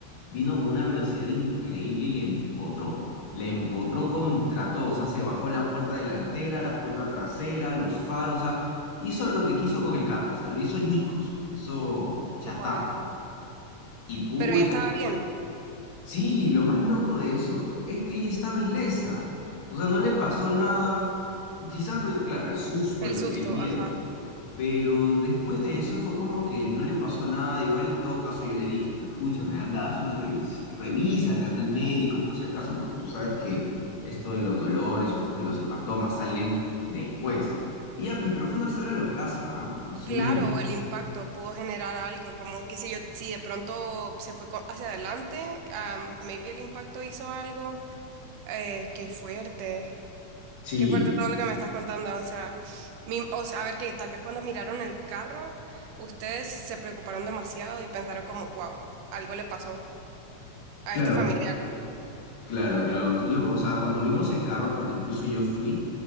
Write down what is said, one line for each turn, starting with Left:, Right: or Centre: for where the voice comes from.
Left: vino con una velocidad increíble y le empotró. Le empotró contra todo, o sea, se bajó la puerta delantera, la puerta trasera, los faros, o sea, hizo lo que quiso con el carro, o sea, lo hizo ñicos, lo hizo chatarra.
Right: Wow.
Left: Y pucha,
Right: Pero ya estaba bien,
Left: sí, lo más loco de eso es que ella estaba ilesa, o sea, no le pasó nada, quizás, claro, el susto,
Right: el
Left: el,
Right: susto,
Left: el miedo,
Right: ajá.
Left: pero después de eso fue como que no le pasó nada. Igual, en todo caso, yo le dije, no, escúchame, anda, haz una revisión, revísate, anda el médico por si acaso, porque tú sabes que esto de los dolores o estos de los hematomas salen después. Y ya, pues, pero fue una historia locaza, ¿ah? O sea, sí
Right: Claro,
Left: me...
Right: o el impacto pudo generar algo, como que si yo, si de pronto se fue co- hacia adelante, am, maybe el impacto hizo algo. Eh, qué fuerte,
Left: Sí,
Right: qué fuerte todo lo que me estás contando. O sea, mi- o sea, a ver que tal vez cuando miraron el carro, ustedes se preocuparon demasiado y pensaron como, wow, algo le pasó a
Left: claro,
Right: este familiar.
Left: Claro, claro. Yo, o sea, cuando vimos el carro, porque incluso yo fui,